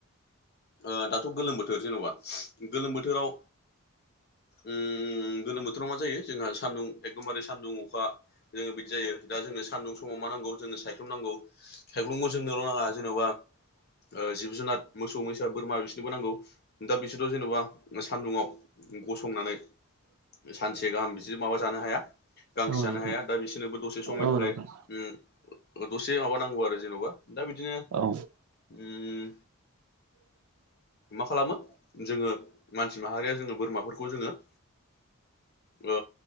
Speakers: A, on the left; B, on the right.
A: ओ दाथ' गोलोम बोथोर जेन'बा गोलोम बोथोराव उम गोलोम बोथोराव मा जायो जोंहा सान्दुं एखदमबारे सान्दुं अखा। जोङो बिदि जायो दा जोङो सान्दुं समाव मा नांगौ जोंनो सायख्लुम नांगौ सायख्लुमखौ जोंनोल' नाङा जेनबा ओ जिब जुनार मोसौ मैसा बोरमा बिसोरनोबो नांगौ। दा बिसोरबो जेन'बा ओ सान्दुंङाव गसंनानै सानसे गाहाम बिदि माबा जानो हाया गांसो
B: औ नंगौ
A: जानो
B: नोंथां
A: हाया दा बिसोरनोबो दसे समनि
B: औ नोंथां औ
A: थाखाय।
B: नोंथां
A: उम दसे माबा नांगौ आरो जेनबा दा बिदिनो
B: औ
A: उम। मा खालामो जोङो मानसि माहारिया जोङो बोरमाफोरखौ जोङो ओ